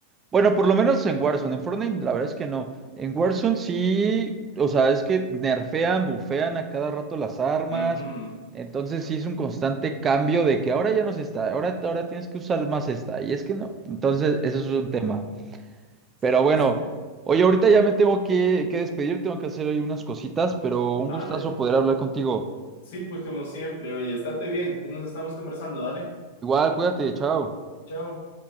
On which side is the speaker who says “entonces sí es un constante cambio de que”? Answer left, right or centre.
Right